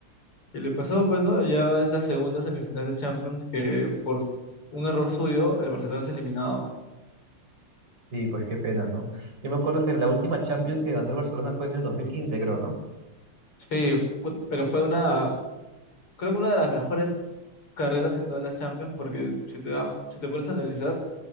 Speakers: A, on the left (about 80°); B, on the right (about 55°).
A: y le pasó, pues, ¿no? Ya es la segunda semifinal de Champions que por un error suyo el Barcelona es eliminado.
B: Sí, pues qué pena, ¿no? Yo me acuerdo que la última Champions que ganó el Barcelona fue en el 2015, creo, ¿no?
A: Sí, fue- pero fue una, creo que una de las mejores carreras en todas las Champions porque si te, das- si te pones a analizar,